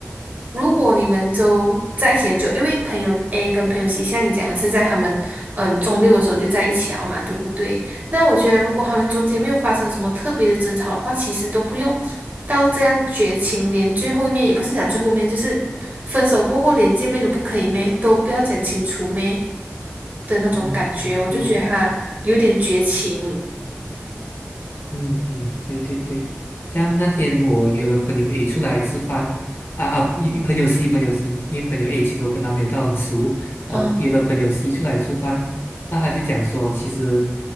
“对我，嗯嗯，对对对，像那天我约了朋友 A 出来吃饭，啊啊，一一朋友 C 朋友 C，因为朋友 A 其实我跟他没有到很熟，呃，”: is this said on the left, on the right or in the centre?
Left